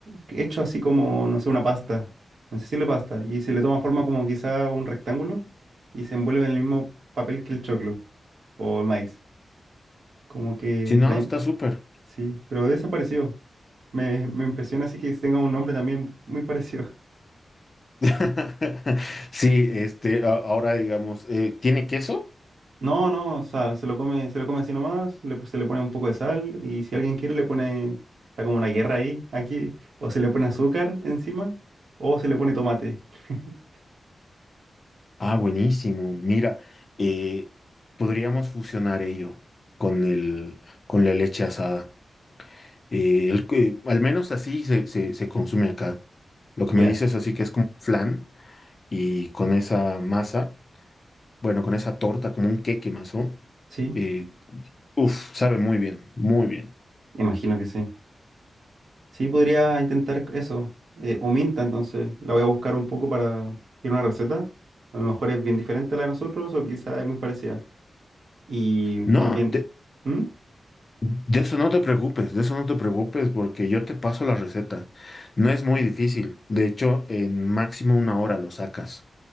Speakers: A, on the right; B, on the left.
A: hecho así como, no sé, una pasta, no sé si le pasta, y se le toma forma como quizá un rectángulo y se envuelve en el mismo papel que el choclo o el maíz, como que,
B: Si no,
A: la,
B: está súper.
A: sí, pero desapareció. Me, me impresiona así que tenga un nombre también muy parecido.
B: <laughs> Sí, este, a- ahora digamos, eh, ¿tiene queso?
A: No, no, o sea, se lo come, se lo come así nomás, le, se le pone un poco de sal y si alguien quiere le pone, está como una guerra ahí, aquí, o se le pone azúcar encima o se le pone tomate. <laughs>
B: Ah, buenísimo. Mira, eh, podríamos fusionar ello con el, con la leche asada. Eh, el que- al menos así se, se, se consume acá. Lo que
A: Ya,
B: me dices así que es como flan y con esa masa, bueno, con esa torta, como un queque más, ¿no?
A: sí,
B: Eh, uf, sabe muy bien, muy bien.
A: imagino que sí. Sí, podría intentar eso, eh, o minta, entonces la voy a buscar un poco para ir una receta. A lo mejor es bien diferente a la de nosotros o quizá es muy parecida. Y
B: No,
A: también, ¿Mm?
B: De eso no te preocupes, de eso no te preocupes, porque yo te paso la receta. No es muy difícil. De hecho, en máximo una hora lo sacas